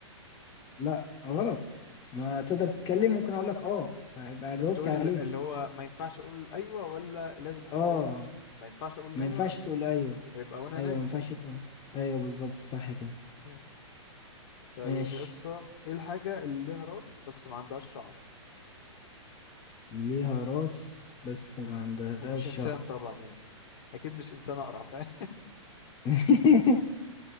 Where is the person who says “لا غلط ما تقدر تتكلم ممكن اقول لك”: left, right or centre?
Left